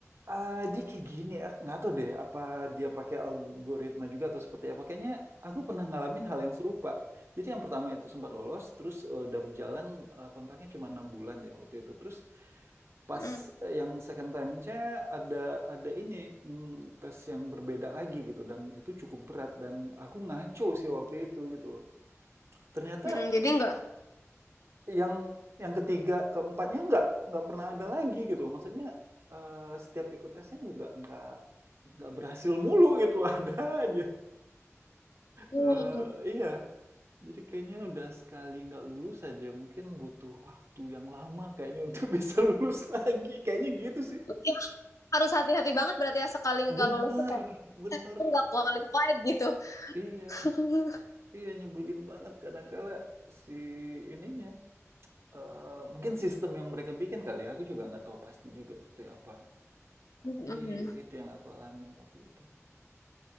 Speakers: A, on the right; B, on the left.
A: eee, dia kayak gini, ak nggak tahu deh apa dia pakai algoritma juga atau seperti apa. Kayaknya aku pernah ngalamin hal yang serupa. Jadi yang pertama itu sempat lolos, terus, eee, dapet jalan, eee, kontraknya cuma 6 bulan deh waktu itu. Terus pas
B: Mm,
A: eh, yang second time-nya ada ada ini mm, tes yang berbeda lagi gitu dan itu cukup berat dan aku ngaco sih waktu itu gitu loh. Ternyata
B: mm, jadi nggak.
A: yang yang ketiga keempatnya nggak nggak pernah ada lagi gitu loh. Maksudnya eh, setiap ikut tesnya juga nggak nggak berhasil mulu gitu loh. ada aja. <laughs>
B: Hmm.
A: Eh, iya. Jadi kayaknya udah sekali nggak lulus aja mungkin butuh waktu yang lama kayaknya untuk <laughs> bisa lulus lagi. Kayaknya gitu sih.
B: Ya, harus hati-hati banget berarti ya sekali nggak
A: Bener,
B: lolos tuh kayak
A: bener.
B: eh, aku nggak qualified gitu.
A: Iya,
B: <laughs>
A: iya nyebelin banget kadangkala si ininya. eh, mungkin sistem yang mereka bikin kali ya, aku juga nggak tahu pasti juga seperti apa.
B: Mm-mm.
A: Tapi itu yang aku alamin waktu itu.